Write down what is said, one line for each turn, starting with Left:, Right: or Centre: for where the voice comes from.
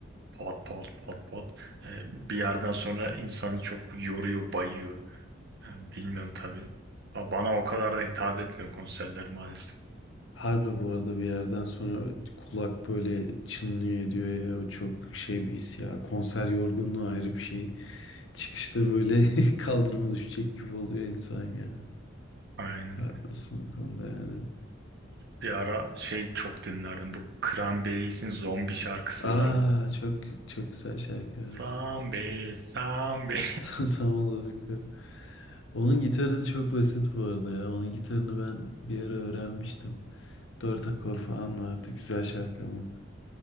Right: pat pat pat pat. Ee, bir yerden sonra insanı çok yoruyor, bayıyor. Yani bilmiyorum tabii. Ba- Bana o kadar da hitap etmiyor konserler maalesef.
Left: Harbi bu arada bir yerden sonra kulak böyle çınlıyor ediyor ya. O çok şey bir his ya. Konser yorgunluğu ayrı bir şey. Çıkışta böyle <laughs> kaldırıma düşecek gibi oluyor insan ya.
Right: Aynen.
Left: Haklısın bu konuda yani.
Right: Bir ara şey çok dinlerdim. Bu Cranberries'in zombi şarkısı
Left: Aa
Right: vardı.
Left: çok çok güzel şarkı
Right: Zombie,
Left: evet.
Right: zombie.
Left: <laughs> Tam tam olarak o. Onun gitarı çok basit bu arada ya. Onun gitarını ben bir ara öğrenmiştim. Dört akor falan vardı. Güzel şarkı ama.